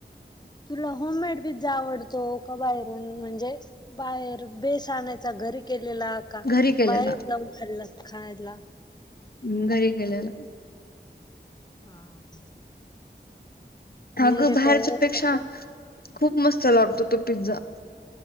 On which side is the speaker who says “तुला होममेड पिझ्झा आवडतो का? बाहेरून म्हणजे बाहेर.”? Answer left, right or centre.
Left